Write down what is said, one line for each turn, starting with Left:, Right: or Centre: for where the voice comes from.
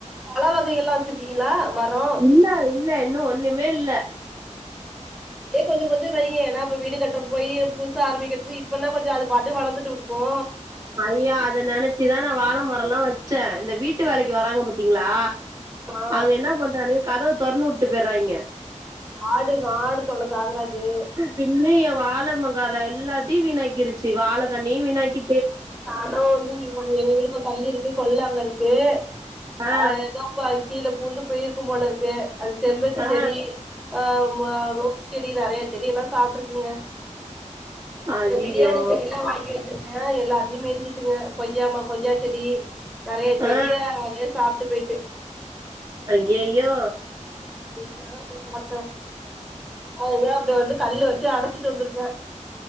Centre: பழ வகைகெல்லா வெச்சிருக்கீங்களா மரோ
Right: இல்ல, இல்ல இன்னு ஒண்ணுமே இல்ல
Centre: இப்டியே செஞ்சு செஞ்சு வைங்க ஏன்னா அப்ப வீடு கட்ரப் போய் புதுசு ஆரம்பிக்கறதுக்கு இப்பன்னா கொஞ்சோ அது பாட்டுக்கு வளந்துட்டு விடுப்போ
Right: ஐயோ அத நெனச்சுதா நா வாழ மரோலா வெச்சே இந்த வீட்டு வேலைக்கு வராங்க பாத்தீங்களா
Centre: ஆமா
Right: அது என்ன பண்றானுக கதவு தொறந்து விட்டு போயற்றாய்ங்க
Centre: ஆடு ஆடு தொல்ல தாங்காது
Right: பின்ன என் வாழ <unintelligible> எல்லாத்தையு வீணாக்கிருச்சு வாழைகண்ணணயு வினாக்கி
Centre: அங்க வந்து இவங்க எங்க வீட்டுக்கு தள்ளி இருக்கு கொள்ள வங்க இருக்கு
Right: ஆ
Centre: அது ஏதோ ப்ப கீழ பூந்து போயிருக்கும் போல இருக்கு அது செம்பருத்தி
Right: ஆ
Centre: செடி ஆ ம் ஆ ரோ செடி நெறைய செடி எல்லா சாப்ட்ருக்குங்க
Right: ஐயையோ
Centre: பிரியாணி செடி எல்லா வாங்கி வெச்சுருந்த எல்லாத்தையு மேஞ்சுருட்ங்க கொய்யா ம கொய்யா செடி நெறைய செடிய
Right: ஆ
Centre: அதே சாப்ட்டு போய்ட்டு
Right: அய்யய்யோ
Centre: நா நேத்துதா போய் பாத்தோ அதுதா அப்டி வந்து கல்லு போய் அடச்சிட்டு வந்துருக்கோ